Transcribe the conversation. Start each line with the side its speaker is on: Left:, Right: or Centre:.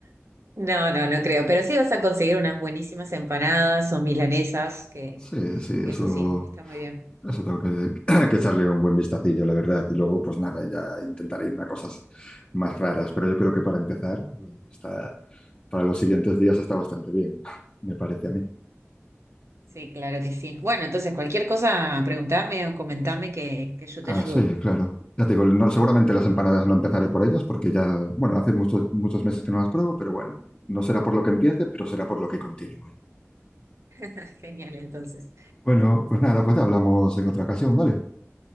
Right: No, no, no creo, pero sí vas a conseguir unas buenísimas empanadas o milanesas, que,
Left: Sí, sí,
Right: que
Left: eso,
Right: eso sí, está muy bien.
Left: eso tengo que, <clears throat> que echarle un buen vistacillo, la verdad. Y luego, pues nada, ya intentaré irme a cosas más raras. Pero yo creo que para empezar, está, para los siguientes días está bastante bien, <laughs> me parece a mí.
Right: Sí, claro que sí. Bueno, entonces cualquier cosa, preguntame o comentame que, que yo
Left: Ah,
Right: te ayudo.
Left: sí, claro. Ya te digo, no- seguramente las empanadas no empezaré por ellas porque ya, bueno, hace muchos, muchos meses que no las pruebo, pero bueno, no será por lo que empiece, pero será por lo que continúe.
Right: <laughs> Genial, entonces.
Left: Bueno, pues nada, pues ya hablamos en otra ocasión, ¿vale?